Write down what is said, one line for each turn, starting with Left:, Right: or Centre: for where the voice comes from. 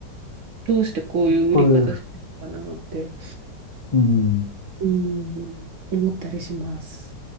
Right: どうしてこういう売り方してるのかなって、
Left: こういう、うん。
Right: うん、思ったりします。